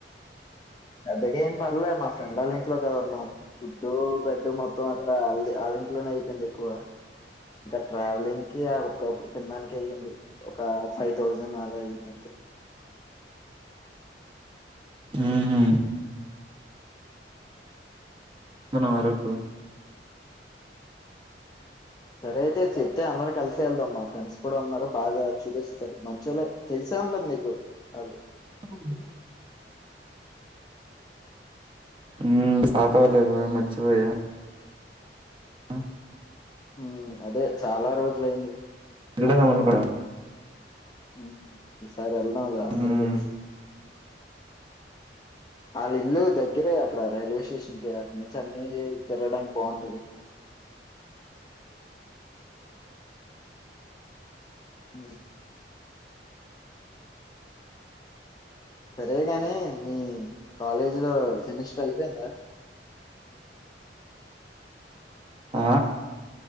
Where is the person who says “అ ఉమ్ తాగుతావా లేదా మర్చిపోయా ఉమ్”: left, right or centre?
Right